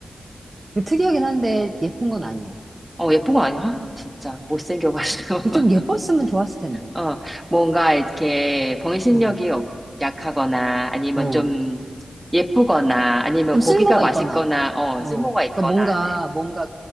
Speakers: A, on the right; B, in the centre.
A: 특이하긴 한데 예쁜 건
B: 음.
A: 아니야.
B: 어, 예쁜 거 아니야? 진짜 못생겨가지고. <laughs>
A: 좀 예뻤으면 좋았을 텐데.
B: 어, 뭔가 이렇게 병신력이
A: 어,
B: 없- 약하거나 아니면
A: 어.
B: 좀 예쁘거나 아니면
A: 좀
B: 고기가
A: 쓸모가
B: 맛있거나
A: 있거나,
B: 어,
A: 어.
B: 쓸모가 있거나
A: 그러니까 뭔가,
B: 네.
A: 뭔가